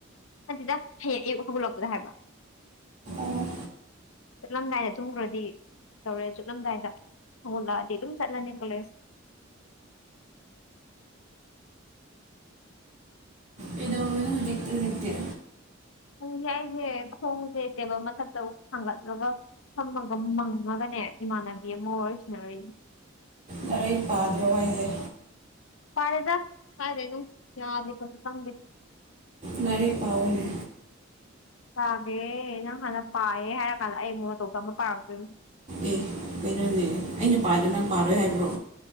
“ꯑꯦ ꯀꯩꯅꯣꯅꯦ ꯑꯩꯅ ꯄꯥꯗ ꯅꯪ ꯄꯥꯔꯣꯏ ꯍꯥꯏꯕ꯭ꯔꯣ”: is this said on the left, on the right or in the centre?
Right